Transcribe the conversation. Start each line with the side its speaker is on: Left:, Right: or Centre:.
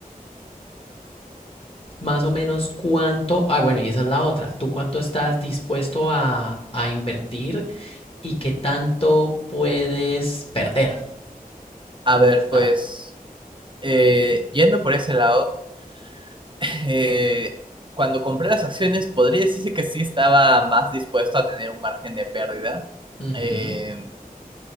Left: Más o menos cuánto, ah bueno, y esa es la otra, ¿tú cuánto estás dispuesto a, a invertir y qué tanto puedes perder.
Right: A ver,
Left: Hasta.
Right: pues eh, yendo por ese lado, <laughs> eh, cuando compré las acciones podría decirse que sí estaba más dispuesto a tener un margen de pérdida.
Left: Ujú,
Right: Eh,